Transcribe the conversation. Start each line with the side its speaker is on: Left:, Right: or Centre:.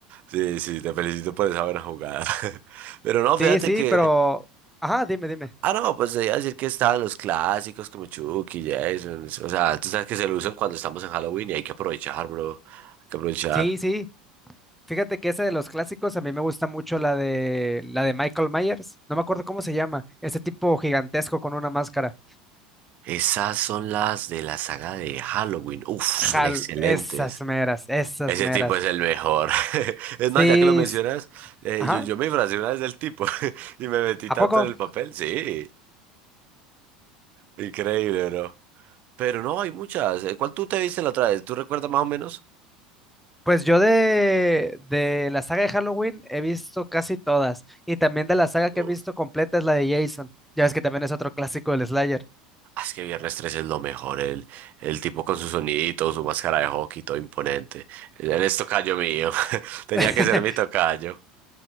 Right: Sí, sí, te felicito por esa buena jugada. <laughs> Pero no, fíjate
Centre: Sí, sí,
Right: que
Centre: pero, ajá, dime, dime.
Right: Ah, no, pues te iba a decir que estaban los clásicos como Chucky, Jason. O sea, tú sabes que se lo usan cuando estamos en Halloween y hay que aprovechar, bro. Hay que aprovechar.
Centre: Sí, sí, fíjate que esa de los clásicos, a mí me gusta mucho la de, la de Michael Myers, no me acuerdo cómo se llama, ese tipo gigantesco con una máscara.
Right: Esas son las de la saga de Halloween. Uf, son
Centre: Hal,
Right: excelentes.
Centre: esas meras, esas
Right: Ese
Centre: meras.
Right: tipo es el mejor. <laughs> Es
Centre: Sí,
Right: más, ya que lo mencionas,
Centre: s-
Right: eh,
Centre: ajá,
Right: yo, yo me disfracé una vez del tipo <laughs> y me metí
Centre: ¿a
Right: tanto
Centre: poco?
Right: en el papel. Sí, increíble, bro. Pero no, hay muchas. Eh, ¿Cuál tú te viste la otra vez? ¿Tú recuerdas más o menos?
Centre: Pues yo de, de la saga de Halloween he visto casi todas. Y también de la saga que
Right: Uf.
Centre: he visto completa es la de Jason. Ya ves que también es otro clásico del Slayer.
Right: Ah, Es que Viernes 13 es lo mejor, el, el tipo con su sonidito, su máscara de hockey, todo imponente. Él es tocayo mío, <laughs> tenía
Centre: <laughs>
Right: que ser mi tocayo.